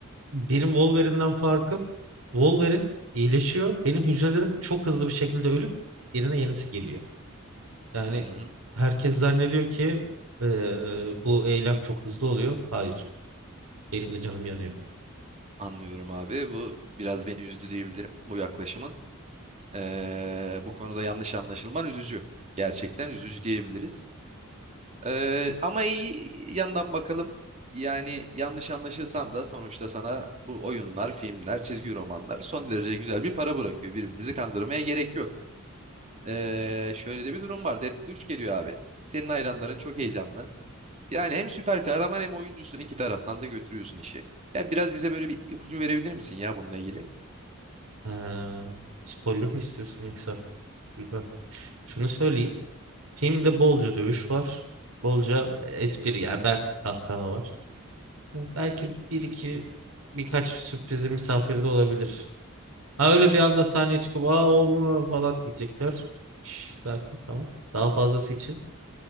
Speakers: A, on the right (about 85°); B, on the right (about 35°).
A: benim Wolverine'den farkım Wolverine iyileşiyor. Benim hücrelerim çok hızlı bir şekilde ölüp yerine yenisi geliyor. Yani
B: Hı hı,
A: herkes zannediyor ki eee, bu eylem çok hızlı oluyor. Hayır. Benim de canım yanıyor.
B: anlıyorum abi. Bu biraz beni üzdü diyebilirim bu yaklaşımın. Ee, bu konuda yanlış anlaşılman üzücü. Gerçekten üzücü diyebiliriz. Ee, ama iyi yandan bakalım. Yani yanlış anlaşılsan da sonuçta sana bu oyunlar, filmler, çizgi romanlar son derece güzel bir para bırakıyor. Birbirimizi kandırmaya gerek yok. Ee, şöyle de bir durum var. Deadpool 3 geliyor abi. Senin hayranların çok heyecanlı. Yani hem süper kahraman hem oyuncusun. iki taraftan da götürüyorsun işi. Ya biraz bize böyle bir ipucu verebilir misin ya bununla ilgili?
A: Ha, spoiler mı istiyorsun yoksa? Güzel. Şunu söyleyeyim. Filmde bolca dövüş var. Bolca espri yani ben kahkaha var. E, Belki bir iki birkaç sürprizi misafirde olabilir. Ha öyle bir anda sahneye çıkıp aa o mu?" falan diyecekler. Şş, sakin tamam. Daha fazlası için